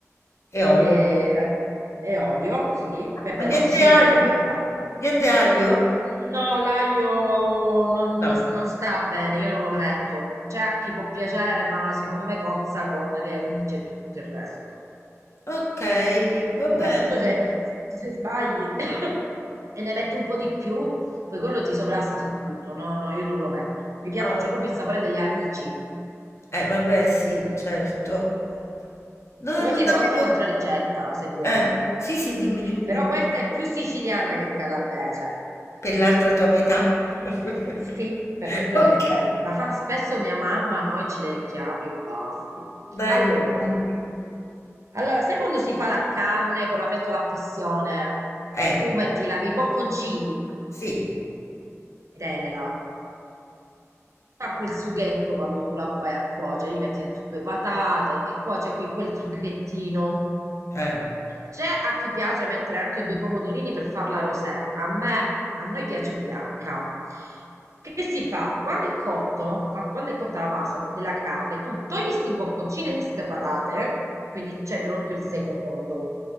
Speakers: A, on the left (about 60°); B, on the right (about 70°).
A: e olio.
B: e, e olio, sì, peperoncino
A: Ma niente aglio?
B: e pangrattato.
A: Niente aglio?
B: No, l'aglio non
A: No.
B: mi non sta bene, io non lo metto. C'è a chi può piacere, ma secondo me cozza con le alici e tutto il resto.
A: Ok, va
B: Soprattutto
A: bene.
B: se, se sbagli <coughs> e ne metti un po' di più, poi quello ti sovrasta su tutto. No, no, io non lo metto. Mi piace
A: Ah,
B: proprio il sapore delle alici.
A: Eh, vabbè, sì, certo. No,
B: Poi
A: non
B: ti do anche
A: avevo...
B: un'altra ricetta, se vuoi.
A: Eh, sì, sì, dimmi, dimmi,
B: Però
A: dimmi.
B: questa è più siciliana che calabrese.
A: Per l'altra tua metà? <laughs>
B: Sì, perfettamente.
A: Ok.
B: La fa spesso mia mamma, noi ci lecchiamo i baffi.
A: Dai,
B: Allora,
A: dimmi, dimmi.
B: allora, sai quando si fa la carne con la pentola a pressione?
A: Eh,
B: Che tu metti la- i bocconcini
A: sì,
B: tenera. fa quel sughetto quando tu la vai a cuocere, cioè gli metti dentro due patate e cuoce in quel sughettino.
A: eh.
B: C'è a chi piace mettere anche due pomodorini per farla rosé. A me, a noi piace bianca. Che si fa? Quando è cotto, qua- quando è cotta la pasta della carne, tu togli sti bocconcini e ste patate, quindi c'è pronto il secondo.